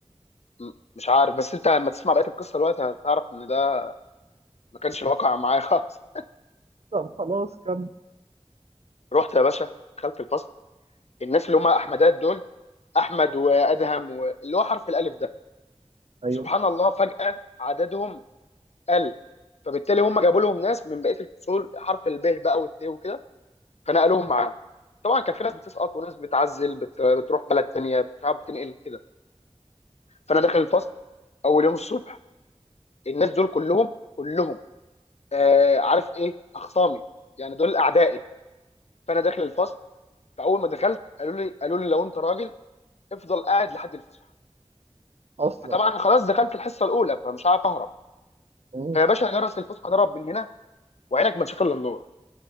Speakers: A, on the left (about 70°); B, on the right (about 65°).
A: م- مش عارف بس انت لما تسمع بقيه القصه دلوقتي هتعرف ان ده ما كانش الواقع معايا خالص
B: طب خلاص كم
A: <laughs> رحت يا باشا دخلت الفصل الناس اللي هم احمدات دول احمد وادهم واللي هو حرف الالف ده
B: ايوه
A: سبحان الله فجاه عددهم قل فبالتالي هم جابوا لهم ناس من بقيه الفصول حرف الب بقى والت وكده فنقلوهم معاهم طبعا كان في ناس بتسقط وناس بتعزل بت... بتروح بلد تانية بتعب بتنقل كده فانا داخل الفصل اول يوم الصبح الناس دول كلهم كلهم آه عارف ايه اخصامي يعني دول اعدائي فانا داخل الفصل فاول ما دخلت قالوا لي قالوا لي لو انت راجل افضل قاعد لحد الفسحه
B: اصلا
A: فطبعا خلاص دخلت الحصه الاولى فمش عارف اهرب
B: مم.
A: فيا باشا جرس الفسحه ضرب من هنا وعينك ما تشوف الا النور